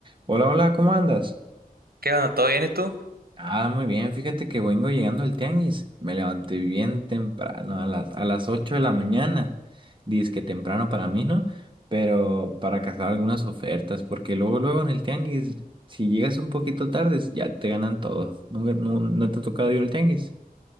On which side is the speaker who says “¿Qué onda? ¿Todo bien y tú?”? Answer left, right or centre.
Right